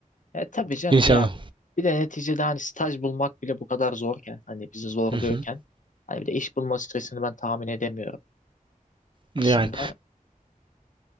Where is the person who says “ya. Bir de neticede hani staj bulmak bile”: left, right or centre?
Left